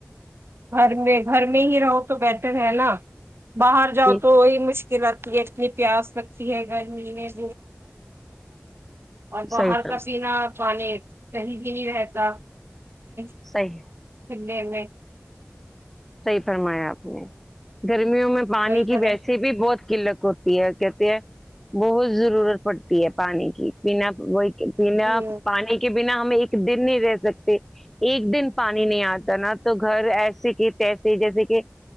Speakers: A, on the right; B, in the centre.
A: گھر میں گھر میں ہی رایوں تو بہتر ہے نا باہر جاو
B: جی
A: تو ہی مش اتنی پیاس لگتی ہے گھر میں <inaudible> اور بہت
B: صحیح فرم
A: پسینا اتا <inaudible> کاہی بھی نہیں دیتا <inaudible>
B: صحیح
A: <inaudible>
B: صحافی فرمایا آپ نے گروں میں پانی
A: کئی
B: کی
A: طرح
B: ویسے بھی بہت قلت ہوتی کہتے ہیں بہت ضرورت پڑتی ہے پانی کی بنا وہ پنا
A: جی
B: پانی کے بناا ہمیں ایک دن نہیں رہ سکتے ایک دن پانی نہیں آتا نا تو گھر ایسے کی تسے ایسے جیسے کہ